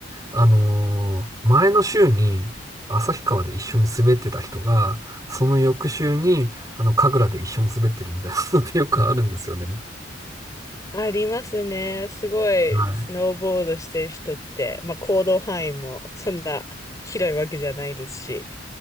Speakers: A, on the right; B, on the left.
A: あのー前の週に旭川で一緒に滑ってた人が、その翌週に、あの、神楽で一緒に滑ってるみたいなのってよくあるんですよね。
B: ありますね。すごい、
A: はい。
B: スノーボードしてる人って、まあ行動範囲もそんな広いわけじゃないですし、